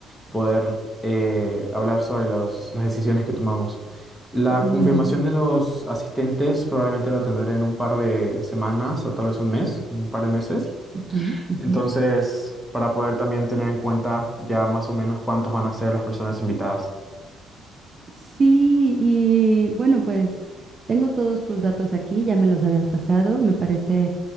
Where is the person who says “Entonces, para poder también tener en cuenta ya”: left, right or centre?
Centre